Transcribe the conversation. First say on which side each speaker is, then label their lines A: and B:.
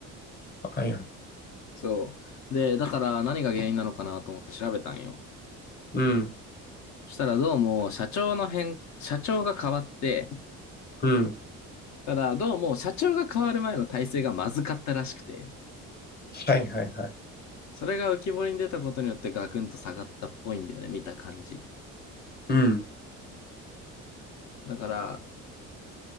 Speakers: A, on the left; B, on the left.
A: あよ。
B: そう。で、だから何が原因なのかなと思って調べたんよ。
A: うん。
B: そしたらどうも社長の変、社長が変わって、
A: うん。
B: ただどうも社長が変わる前の体制がまずかったらしくて、
A: はいはいはい。
B: それが浮き彫りに出たことによってガクンと下がったっぽいんだよね、見た感じ。
A: うん。
B: だから、